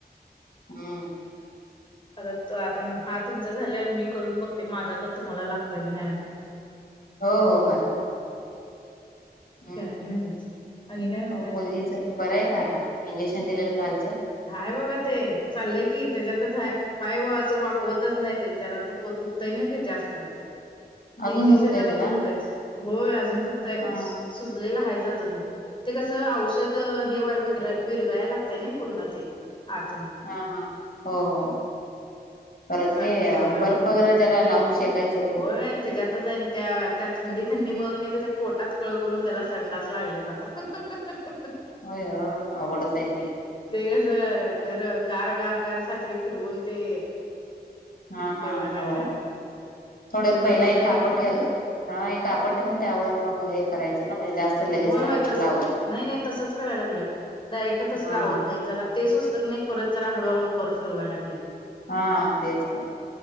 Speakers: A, on the left; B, on the left.
A: हम्म.
B: आता आता हा तुमचा झालेवर मी करून बघते माझा तर तुम्हाला लागतय का नाही आता. <inaudible>
A: हो हो करा. हम्म
B: काय नव्हेच आणि काय म्हणताय.
A: हो मुलगीच बरं आहे का आता इंजेक्शन दिलेलं कालचं
B: हाय बघा ते चाललंय की त्याच्यातच हाय पाय व असं वाकवतच नाही ते जरा दुखवत दुखतय नाही ते जास्त.
A: अजून
B: ते इंजेक्शन
A: दुखतंय
B: जरा
A: तिला
B: दुखतंयच होय अजून दुखतय
A: हा
B: सुजलेलं हायच अजूने ते कसं औषध हे विगर विरगळायला लागतंय नाही. पूर्ण ते आतून.
A: हा हा हो हो. परत
B: ते सारखी
A: हे
B: बरफ
A: बर्फ
B: न
A: वगैरे जरा लावून शेकायचं ते
B: होय त्याच्यातच हाय आणि त्या त्या थंडी थंडी मुळ क नाही त्याच्या पोटात कळ करून त्याला संडास लागलेत आता. <unintelligible>
A: होय ओ अवघडच आहे की
B: ते कसं गर गार गार गार सारखे फिरवून ते
A: हा हा
B: हे व्हायला
A: हो
B: लागलय आता ते
A: थोडं
B: लय दमवतय
A: पहिला एक कापड ठेव हा हे कापड ठेवून त्यावर मग हे करायचंय ना म्हणजे जास्त लगेच
B: होय होय
A: थंड पण
B: तसच
A: लाव
B: नाही नाही तसच करायला लागलोय डायरेक्ट तस
A: हा
B: लावत नाही जरा ते सुचल क नाही परत जरा हळूहळू बर्फ फिरवायला लागल्यात
A: हा तेच ते